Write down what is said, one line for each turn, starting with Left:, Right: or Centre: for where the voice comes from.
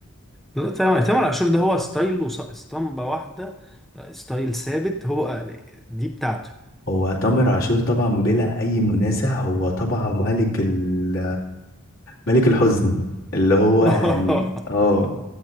Centre: لا، تامر تامر عاشور ده هو ستايل واسطمبة واحدة ستايل ثابت هو دي بتاعته
Left: هو تامر عاشور طبعا بلا اي منازع هو طبعا ملك ال ملك الحزن اللي هو
Centre: <laughs>
Left: يعني اه